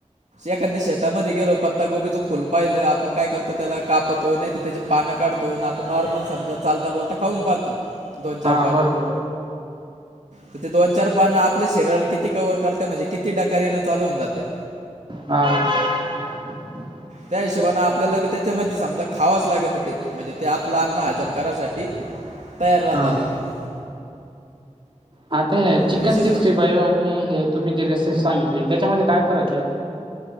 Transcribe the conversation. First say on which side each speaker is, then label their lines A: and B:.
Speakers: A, on the right; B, on the right.
A: एखाद्या शेतामध्ये गेलो, पत्तागोबीच फुल पाहिलं, आपण काय करतो त्याला कापतो, नाही तर त्याचे पानं काढतो, आपण नॉर्मल समजा, चालता, बोलता, खाऊन पाहतो दोन
B: हा
A: चार पानं
B: बरोबर
A: तर ते दोन चार पानं, आपले शरीराला किती कव्हर करत म्हणजे किती डकार येण चालू होऊन जाते?
B: हा <inaudible>
A: त्या हिशोबाने आपल्याला बी त्याच्यामध्ये समजा, खावाच लागत ते. म्हणजे ते आपलं अन्न हजम करासाठी, तयार राहतं
B: हा
A: लगे
B: हा. आता,
A: आणि
B: चिकन
A: विशेष
B: सिक्स्टी फाइव्ह आणि हे तुम्ही जी रेसिपी सांगितली, त्याच्यामध्ये काय फरक आहे?